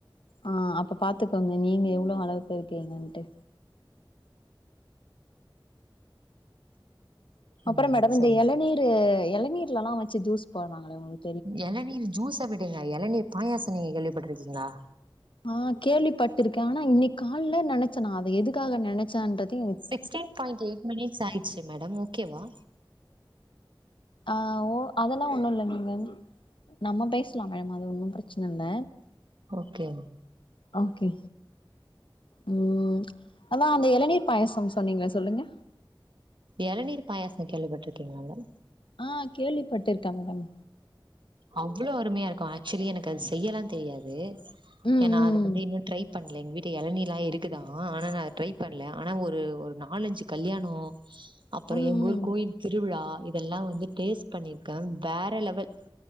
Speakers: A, on the left; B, on the right.
A: ஆ அப்ப பாத்துக்கோங்க நீங்க எவ்ளோ அளவுக்கு இருக்கீங்கன்ட்டு அப்பறம்
B: ம்
A: மேடம் இந்த
B: சொல்லுங்க
A: இளநீரு எளனீர்லலா வச்சு ஜூஸ் போடுறாங்கலே ஒங்களுக்
B: இளநீர் ஜூஸ விடுங்க இளநீர் பாயாசம் நீங்க கேள்விப்பட்டிருக்கீங்களா
A: ஆ கேள்விப்பட்டிருக்க ஆனா இன்னைக்கு கால்ல நெனச்ச நா அத எதுக்காக நெனச்சன்றதே
B: சிக்ஸ்டீன் பாயிண்ட் எயிட் மினிட்ஸ் ஆயிடுச்சு மேடம் ஓகேவா?
A: ஆ ஓ அதெல்லா ஒண்ணு இல்ல நீங்கன் நம்ம பேசலாம் மேடம் அது ஒன்னு பிரச்சனை இல்ல
B: ஓகே
A: ஓகே ம் அதா அந்த இளநீர் பாயசம் சொன்னீங்களே சொல்லுங்க
B: எளநீர் பாயாசம் கேள்விப்பட்டுருக்கீங்களா மேம்
A: ஆ கேள்விப்பட்டிருக்க மேடம்
B: அவ்ளோ அருமையா இருக்கு ஆக்ச்சுவலி எனக்கு அது செய்யலா தெரியாது.
A: ம்
B: ஏன்னா
A: ம்
B: அது வந்து இன்னு ட்ரை பண். இல்ல எங்க வீட்ல எலனீர்லா இருக்குதா ஆனா அத நா ட்ரை பண்ல ஆனா ஒரு ஒரு நாலஞ்சு கல்யாணோ அப்பறோ
A: ம் ம்
B: எங்க ஊர் கோயில் திருவிழா இதெல்லா வந்து டேஸ்ட் பண்ணிருக்கே வேற லெவல்